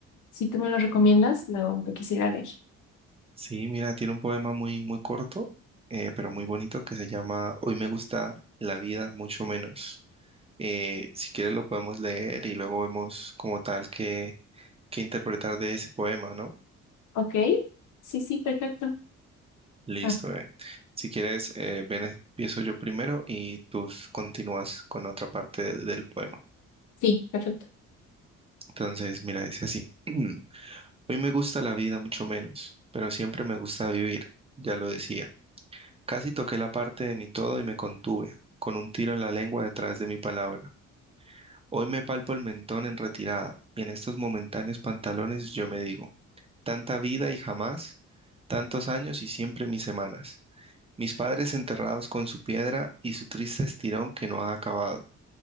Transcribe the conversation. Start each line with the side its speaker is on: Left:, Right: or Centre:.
Left: si tú me lo recomiendas, lo, lo quisiera leer.
Right: Sí, mira, tiene un poema muy, muy corto, eh, pero muy bonito que se llama Hoy me gusta la vida mucho menos. Eh, si quieres lo podemos leer y luego vemos como tal que, que interpretar de ese poema, ¿no?
Left: ¿Ok? Sí, sí, perfecto.
Right: Listo,
Left: Ah,
Right: bebé. Si quieres, eh, ven, empiezo yo primero y tú s- continúas con otra parte de- del poema.
Left: sí, perfecto.
Right: Entonces, mira, dice así. <clears throat> Hoy me gusta la vida mucho menos, pero siempre me gusta vivir, ya lo decía. Casi toqué la parte de mi todo y me contuve, con un tiro en la lengua detrás de mi palabra. Hoy me palpo el mentón en retirada y en estos momentáneos pantalones yo me digo, tanta vida y jamás, tantos años y siempre mis semanas. Mis padres enterrados con su piedra y su triste estirón que no ha acabado.